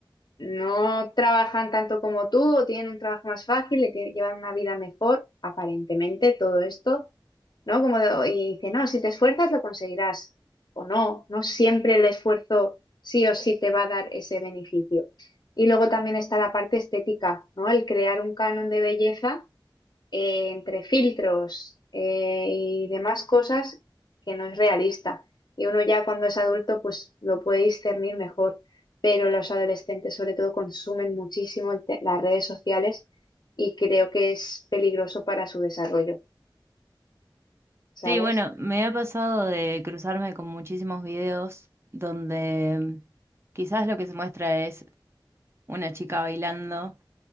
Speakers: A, on the left; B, on the right.
A: no trabajan tanto como tú, o tienen un trabajo más fácil, le tie- llevan una vida mejor, aparentemente, todo esto, ¿no? Como de- y dice, no, si te esfuerzas lo conseguirás, o no, no siempre el esfuerzo sí o sí te va a dar ese beneficio. Y luego también está la parte estética, ¿no? El crear un canon de belleza eh, entre filtros eh, y demás cosas que no es realista. Y uno ya cuando es adulto pues lo puede discernir mejor, pero los adolescentes sobre todo consumen muchísimo el te- las redes sociales y creo que es peligroso para su desarrollo, ¿sabes?
B: Sí, bueno, me ha pasado de cruzarme con muchísimos videos donde quizás lo que se muestra es una chica bailando